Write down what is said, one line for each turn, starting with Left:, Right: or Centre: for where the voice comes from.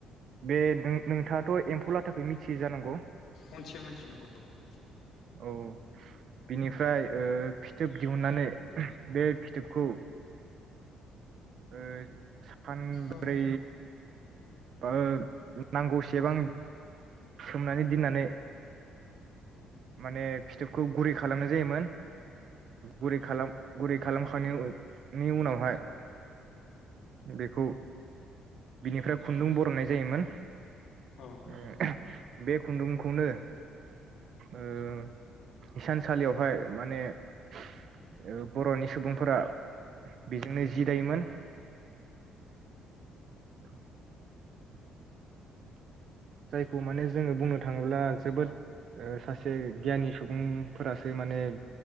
Right: बे नों-नोंथाङाथ' एम्फौ लाथाखो मिथियो जानांगौ?
Left: मोनथियो मोनथियो नंगौ औ
Right: औ बिनिफ्राय ओ फिथोब दिहुननानै बे फिथोबखौ ओ फानब्रै
Left: औ
Right: ओ नांगौ सेबां सोमनानै दिननानै माने फिथोबखौ गुरै खालामनाय जायोमोन गुरै खालाम गुरै खालामखांनायनि उनावहाय बेखौ बिनिफ्राय खुन्दुं बर'ननाय जायोमोन।
Left: औ नंगौ
Right: ओ बे खुन्दुंखौनो ओ हिसानसालियावहाय माने ओ बर'नि सुबुंफोरा बेजोंनो जि दायोमोन। <inaudible> जायखौ माने जोङो बुंनो थाङोब्ला जोबोद ओ सासे गियानि सुबुंफोरासो माने